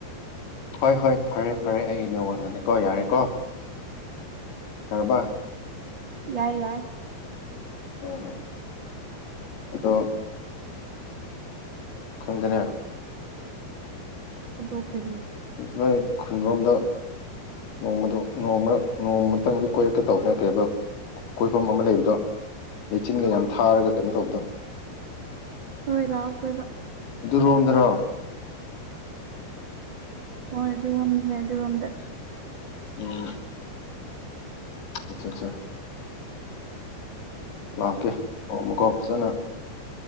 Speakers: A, on the left; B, on the right.
A: ꯍꯣꯏ ꯍꯣꯏ ꯐꯔꯦ ꯐꯔꯦ ꯑꯩ ꯅꯋꯥꯛꯅꯅꯤꯀꯣ ꯌꯥꯔꯦꯀꯣ ꯍꯕ
B: ꯌꯥꯏ ꯌꯥꯏ
A: ꯍꯣꯏ ꯍꯣꯏ ꯑꯗꯣ ꯈꯪꯗꯅ
B: ꯀꯗꯣꯛ ꯀ
A: ꯅꯣꯏ ꯈꯨꯟꯔꯣꯝꯗ ꯅꯣꯡꯃꯗ ꯅꯣꯡꯃ ꯃꯔ ꯅꯣꯡꯃꯇꯪꯗꯤ ꯀꯣꯏꯔꯛꯀꯦ ꯇꯧꯕꯅ ꯀꯩ ꯀꯣꯏꯐꯝ ꯑꯃ ꯂꯩꯕꯗꯣ ꯂꯩꯆꯤꯟꯒ ꯌꯥꯝ ꯊꯥꯔꯒ ꯀꯩꯅꯣ ꯇꯧꯕꯗꯣ
B: ꯍꯣꯏ ꯂꯥꯛꯑꯣ ꯀꯣꯏꯕ
A: ꯔꯣꯗ꯭ꯔ
B: ꯍ ꯑꯗꯨꯗꯤꯉꯝꯅꯦ ꯑꯗꯨꯒꯒꯝꯗ
A: ꯎꯝ ꯑꯆꯥ ꯑꯠꯆꯥ ꯂꯥꯛꯀꯦ ꯑꯣ ꯑꯃꯨꯀꯣ ꯐꯖꯅ